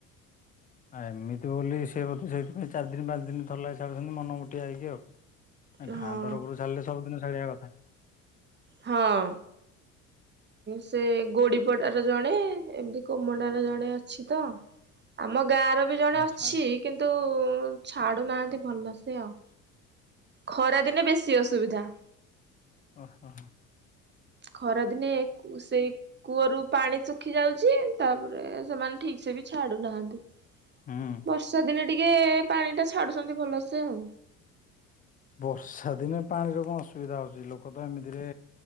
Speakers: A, on the left (about 20°); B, on the right (about 25°).
A: ଆ ଏମିତି ବୋଲି ସିଏ ବୋଧେ ସେଇଥିପାଇଁ ଚାର ଦିନ ପାଞ୍ଚ ଦିନ ଥରେଲେଖେ ଛାଡୁଛନ୍ତି ମନମୋଟିଆ ହେଇକି ଆଉ। ଏ
B: ହଁ
A: ଖାଁ ତରଫରୁ ଛାଡ଼ିଲେ ସବୁଦିନ ଛାଡିବା କଥା।
B: ହଁ। ସେ ଗୋଡିପଡାର ଜଣେ ଏମିତି କୋମଣ୍ଡାର ଜଣେ ଅଛି ତ। ଆମ ଗାଁ ର ବି ଜଣେ
A: ଆଚ୍ଛା
B: ଅଛି କିନ୍ତୁ ଛାଡୁନାହାନ୍ତି ଭଲ ସେ ଆଉ ଖରା ଦିନେ ବେଶୀ ଅସୁବିଧା।
A: ଓ ହୋ।
B: ଖରାଦିନେ ସେଇ କୂଅରୁ ପାଣି ଶୁଖି ଯାଉଛି ତାପରେ ସେମାନେ ଠିକ୍ ସେ ବି ଛାଡୁନାହାନ୍ତି।
A: ହୁଁ
B: ବର୍ଷା ଦିନେ ଟିକେ ପାଣି ଟା ଛାଡୁଛନ୍ତି ଭଲସେ ଆଉ।
A: ବର୍ଷା ଦିନେ ପାଣିର କଣ ଅସୁବିଧା ହେଉଛି, ଲୋକ ତ ଏମିତିରେ